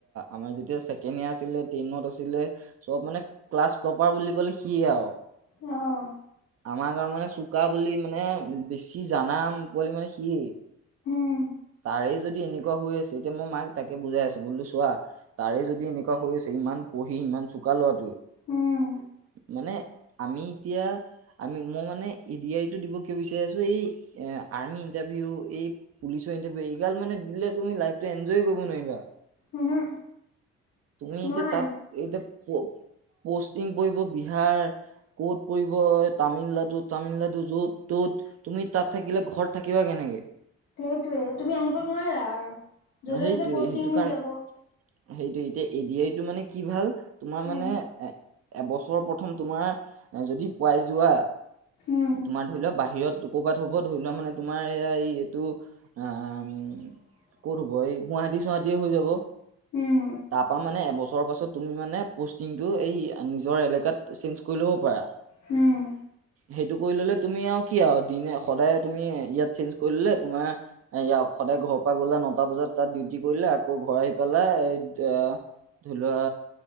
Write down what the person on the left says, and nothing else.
আহ,
উম।
উম
উমহ
ম
সেইটোয়ে তুমি আহিব নোৱাৰা আৰু য'তে
ত'তে পষ্টিং
হৈ
যাব
উম
উম
<inaudible>
উম
হম।